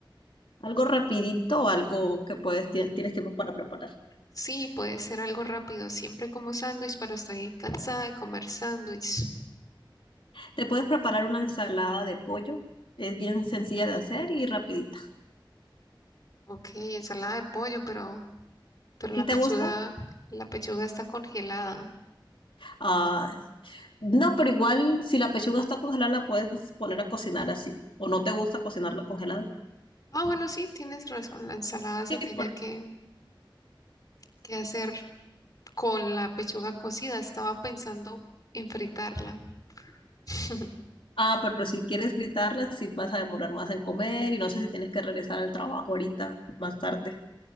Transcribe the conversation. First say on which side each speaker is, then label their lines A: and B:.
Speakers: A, on the left; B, on the left.
A: ¿Algo rapidito o algo que puedes, ti- tienes tiempo para preparar?
B: Sí, puede ser algo rápido. Siempre como sándwich, pero estoy cansada de comer sándwich.
A: Te puedes preparar una ensalada de pollo. Es bien sencilla de hacer y rapidita.
B: Ok, ensalada de pollo, pero pero
A: ¿Sí
B: la pechuga,
A: te gusta?
B: la pechuga está congelada.
A: Ah, no, pero igual si la pechuga está congelada la puedes poner a cocinar así. ¿O no te gusta cocinarla congelada?
B: Ah, bueno, sí, tienes razón, la ensalada se
A: Sí,
B: tiene
A: porque-
B: que, que hacer con la pechuga cocida. Estaba pensando en fritarla. <laughs>
A: Ah, pero si quieres fritarla, sí vas a demorar más en comer y no sé si tienes que regresar al trabajo ahorita, más tarde.